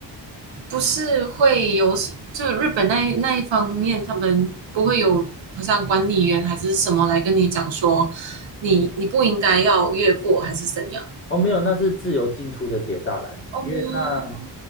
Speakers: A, on the right; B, on the left.
A: 不是会有就日本那那一方面，他们不会有好像管理员还是什么来跟你讲说你你不应该要越过还是怎样？
B: 哦，没有，那是自由进出的铁栅栏，
A: 哦，
B: 因为那